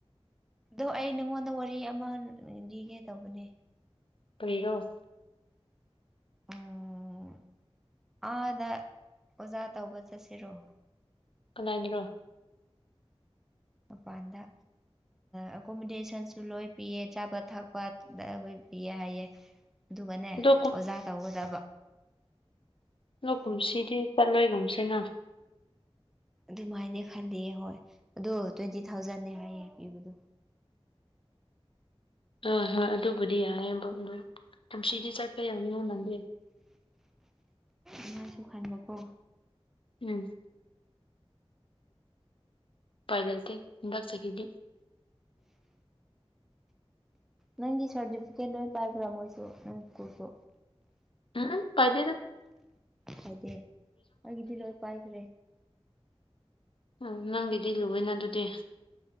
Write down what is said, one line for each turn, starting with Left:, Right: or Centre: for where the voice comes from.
Centre: ꯑ ꯑꯩ ꯅꯉꯣꯟꯗ ꯋꯥꯔꯤ ꯑꯃ ꯂꯤꯒꯦ ꯇꯧꯕꯅꯦ
Left: ꯐꯔꯔꯣ
Centre: ꯎꯝ ꯑꯥꯗ ꯑꯣꯖꯥ ꯇꯧꯕ ꯆꯠꯁꯤꯔꯣ
Left: ꯀꯗꯥꯥꯏꯗꯔꯣ
Centre: ꯑꯄꯥꯗ ꯑꯦꯀꯣꯃꯤꯣꯗꯦꯁꯟꯁꯨ ꯂꯣꯏ ꯄꯤꯌꯦ ꯑꯆꯥꯄꯠ ꯊꯛꯄꯗ ꯑꯩꯈꯣꯏ ꯄꯤꯌꯦ ꯍꯥꯏꯌꯦꯦ ꯑꯗꯨꯒꯅꯦ
Left: ꯑꯗꯣ
Centre: ꯑꯣꯖꯥ ꯇꯧꯒꯗꯕ
Left: ꯂ ꯀꯨꯝꯁꯤꯗꯤ ꯆꯠꯂꯣꯏꯒꯨꯝꯁꯤꯅ
Centre: ꯑꯗꯨꯃꯥꯏꯅ ꯈꯜꯂꯤ ꯍꯣꯏ ꯑꯗꯨꯗꯣ ꯇ꯭ꯋꯦꯟꯇꯤ ꯊꯥꯎꯖꯟꯅꯦ ꯍꯥꯏꯌꯦ ꯄꯤꯕꯗꯣ
Left: ꯍ ꯍꯣꯏ ꯑꯗꯨꯕꯨꯗꯤ ꯌꯥꯏꯗ ꯇꯝꯁꯤꯒꯤ ꯆꯠꯄ ꯌꯥꯅꯤ ꯑꯣꯅꯗꯦ
Centre: ꯑꯗꯨꯁꯨ ꯈꯟꯕꯀꯣ
Left: ꯎꯝ ꯄꯥꯏꯂ ꯏꯇꯦ ꯂꯥꯛ ꯆ ꯀꯈꯤꯕꯤ
Centre: ꯅꯪꯒꯤ ꯁꯥꯔꯇꯤꯐꯤꯀꯦꯠ ꯂꯣꯏ ꯄꯥꯏꯕ꯭ꯔꯥ ꯃꯣꯏꯁꯨ ꯅꯪ ꯁ꯭ꯀꯨꯜꯁꯨ
Left: ꯎꯝ ꯄꯦꯗ
Centre: ꯍꯥꯏ ꯇꯤꯌꯦ ꯑꯩꯒꯤꯗꯤ ꯂꯣꯏ ꯄꯥꯏꯒꯔꯦ
Left: ꯎꯝ ꯅꯪꯒꯤꯗꯤ ꯂꯨꯏꯅ ꯑꯗꯨꯗꯤ